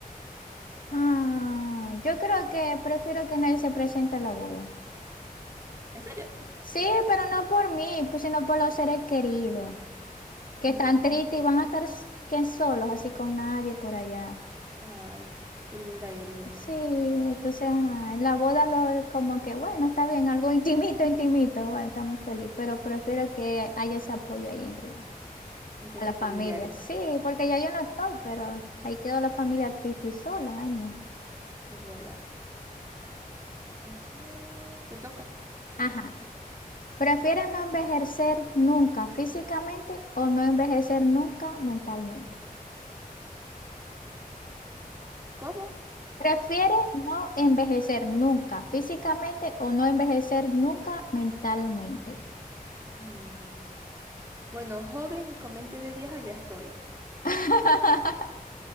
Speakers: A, on the left; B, on the right.
A: Ah, yo creo que prefiero que nadie se presente a la boda.
B: ¿En serio?
A: Sí, pero no por mí, pues, sino por los seres queridos, que
B: Mm,
A: están tristes y van a estar s- que solos, así con nadie por allá.
B: ay, qué linda eres, Emma.
A: Sí, entonces, ajá, en la boda lo, como que, bueno, está bien, algo intimito, intimito, bueno, estamos felices, pero prefiero que haya ese apoyo ahí entre la,
B: Entre
A: a
B: tus
A: la familia.
B: familiares,
A: Sí, porque ya yo no estoy, pero ahí quedó la familia triste y sola, ay no.
B: es verdad. A ver, te toca.
A: Ajá. ¿Prefieren no envejecer nunca físicamente o no envejecer nunca mentalmente?
B: ¿Cómo?
A: Prefiere no envejecer nunca físicamente o no envejecer nunca mentalmente.
B: Mm, Bueno, joven y con mente de vieja ya estoy.
A: <laughs>